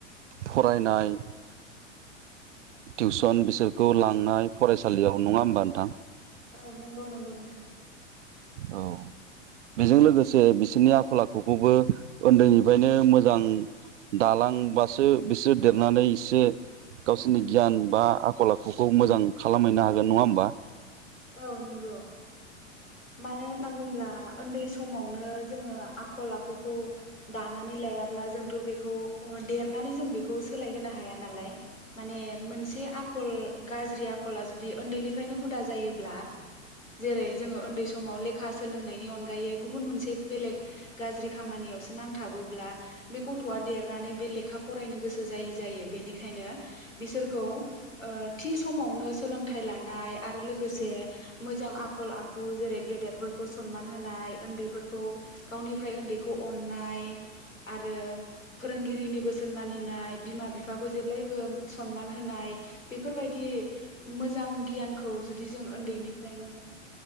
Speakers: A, on the right; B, on the left.
A: फरायनाय टिउसन बिसोरखौ लांनाय फरायसालियाव नङा होमबा नोंथां।
B: औ नंगौ नंगौ नोंथां।
A: औ बेजों लोगोसे बिसोरनि आखल आखुखौबो उन्दैनिफ्रायनो मोजां दालांबासो बिसोर देरनानै एसे गावसोरनि गियान बा आखल आखुखौ मोजां खालामहैनो हागोन नङा होमबा।
B: औ नंगौ। मानो होनना बुंब्ला। उन्दै समावनो जोङो आखल आखुखौ दानानै लायाब्ला जोंथ बेखौ अ देरनानै जों बेखौ सोलाय होनो हाया नालाय माने मोनसे आखल गाज्रि आखला जुदि उन्दैनिफ्राइनो हुदा जायो ब्ला। जेरै जोङो उन्दै समाव ले खा सोलोंनायनि अनगायै गुबुन मोनसे बेलेक गाज्रि खामानियावसो नांथाबोब्ला बे गथ'आ देरनानै बे लेखा फरायनो गोसो जायै जायो बेनिखायनो बिसोरखौ ओ थि समावनो सोलोंथाइ लानाय आरो गोसे मोजां आखल आखु जेरै गेदेरफोरखौ सनमान होनाय उन्दैफोरखौ गावनिफ्राय उन्दैखौ अननाय आरो फोरोंगिरिनि बोसोन मानिनाय बिमा बिफाखौ जेब्लायबो सनमान होनाय बेफोरबायदि मोजां गियानखौ। जुदि जों उन्दैनिफ्रायनो